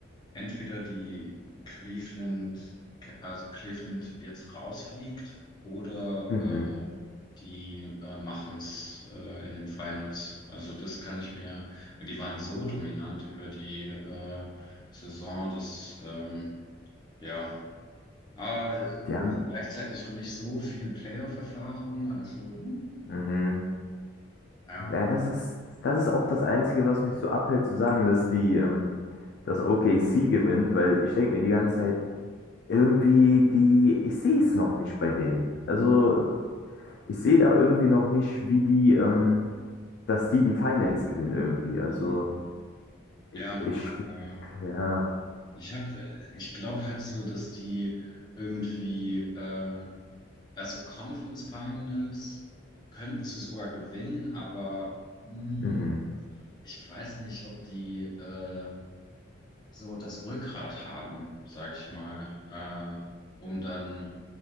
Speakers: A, on the left; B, on the left.
A: entweder die Cleveland, also Cleveland jetzt rausfliegt oder
B: mhm.
A: äh, die äh, machen es äh, in den Finals. Also das kann ich mir, weil die waren so dominant über die äh, Saison, dass ähm, ja, aber
B: Die haben,
A: äh, gleichzeitig noch nicht so viel Playoff-Erfahrung, also hm,
B: mhm.
A: ja.
B: Ja, das ist, das ist auch das Einzige, was mich so abhält, zu sagen, dass die, ähm, dass OKC gewinnt, weil ich denke mir die
A: Mhm.
B: ganze Zeit, irgendwie die, ich sehe es noch nicht bei denen. Also
A: Mhm.
B: ich sehe da irgendwie noch nicht, wie die, ähm, dass die die Finals gewinnen irgendwie. Also
A: Mhm. Ja,
B: ich,
A: äh,
B: ja,
A: Ich habe, ich glaube halt so, dass die irgendwie, äh, also Conference Finals könnten sie sogar gewinnen, aber mh,
B: mhm,
A: ich weiß nicht, ob die äh, so das Rückgrat haben, sag ich mal, äh, um dann